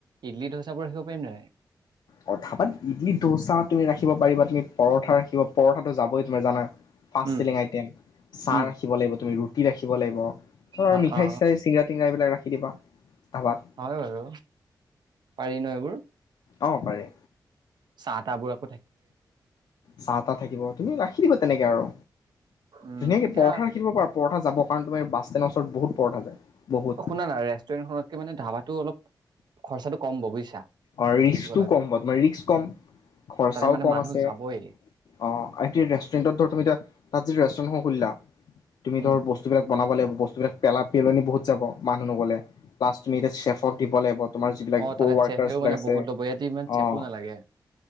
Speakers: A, on the right; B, on the left.
A: ইডলি ডোচাবোৰ ৰাখিব পাৰিম নে নাই?
B: অ' ধাবাত ইডলি ডোচা তুমি ৰাখিব পাৰিবা, তুমি পৰঠা ৰাখিব পৰঠাটো যাবই তোমাৰ জানা। Fast
A: um
B: selling item. চাহ
A: উম
B: ৰাখিব লাগিব তুমি, ৰুটি ৰাখিব লাগিব। ধৰা
A: অ
B: আৰু মিঠাই-
A: অ
B: চিঠাই চিংৰা- টিংৰা এইবিলাক ৰাখি দিবা ধাবাত।
A: হয় বাৰু পাৰি ন এইবোৰ
B: অহ পাৰে।
A: তা - তা বোৰক।
B: চাহ তাহ থাকিব তুমি ৰাখি দিবা তেনেকে আৰু।
A: উম
B: ধুনীয়াকে
A: এতিয়া
B: পৰঠা ৰাখি দিব পাৰা। পৰঠা যাব কাৰণ, তোমাৰ বাছষ্টেন্ডৰ ওচৰত বহুত পৰঠা যায়। বহুত
A: অ', শুনা না, ৰেষ্টুৰেণ্টখনকে মানে ধাবাটো অলপ খৰচাটো কম হ'ব বুজিছা
B: অ',
A: মই
B: ৰিস্কটো
A: ভাবিছো কথাটো
B: কম হব তোমাৰ ৰিস্কটো কম। খৰচাও
A: তাতে মানে
B: কম
A: মানুহ
B: আছে।
A: যাবই
B: অ' এতিয়া ৰেষ্টুৰেন্টত ধ তুমি এতিয়া তাত যদি ৰেষ্টুৰেণ্ট এখন খুলিলা তুমি
A: উম
B: ধৰ বস্তুবিলাক বনাব লাগিব। বস্তুবিলাক পেলা পেলনি বহুত যাব মানুহ নগ'লে। প্লাছ তুমি এতিয়া চেফক দিব লাগিব। তোমাৰ যিবিলাক
A: অ তাতে
B: কো- ওৱাৰ্কাছবিলাক
A: চেফেও মানে
B: আছে।
A: বহুত ল'ব ইয়াতে ইমান চেফো
B: অ'
A: নালাগে